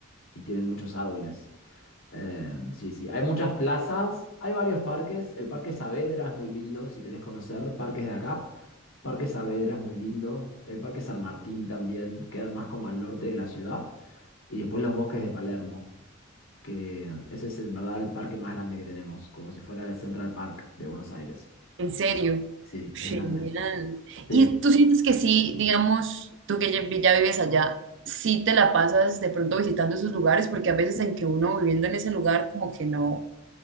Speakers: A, on the left; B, on the right.
A: y tienen muchos árboles. Eh, sí, sí, hay muchas plazas, hay varios parques. El Parque Saavedra es muy lindo, si querés conocer parques de acá. Parque Saavedra es muy lindo. El Parque San Martín también, quedan más como al norte de la ciudad. Y después los bosques de Palermo, que ese es en verdad el parque más grande que tenemos, como si fuera el Central Park de Buenos Aires.
B: en serio,
A: Sí,
B: genial.
A: es grande. Sí.
B: ¿Y tú sientes que sí, digamos, tú que ya, ya vives allá, sí te la pasas de pronto visitando esos lugares? Porque a veces en que uno viviendo en ese lugar como que no,